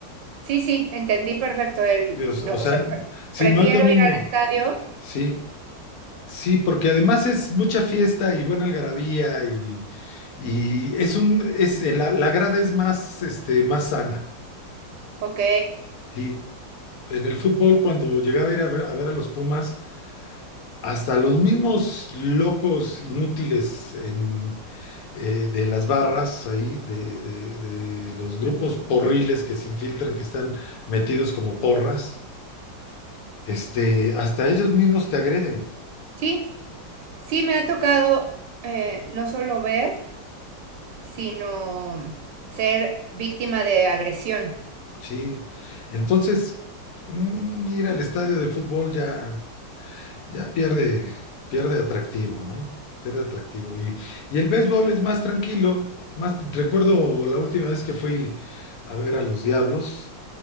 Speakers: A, on the right; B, on the left.
A: Sí, sí, entendí perfecto. El,
B: Dios, o
A: no,
B: sea,
A: o sea, pre-
B: sí,
A: prefiero
B: no es lo mismo,
A: ir al estadio.
B: sí, Sí, porque además es mucha fiesta y buena algarabía y, y es un, es, eh, la, la grada es más, este, más sana.
A: Ok.
B: Sí, en el fútbol cuando llegaba a ir a ver a, ver a los Pumas, hasta los mismos locos inútiles en, eh, de las barras ahí, de, de- de los grupos porriles que se infiltran, que están metidos como porras, este, hasta ellos mismos te agreden.
A: Sí, sí, me ha tocado eh, no solo ver, sino ser víctima de agresión.
B: Sí, entonces mm, ir al estadio de fútbol ya, ya pierde, pierde atractivo, ¿no? Pierde atractivo. Y, y el béisbol es más tranquilo. Más, recuerdo la última vez que fui a ver a los Diablos,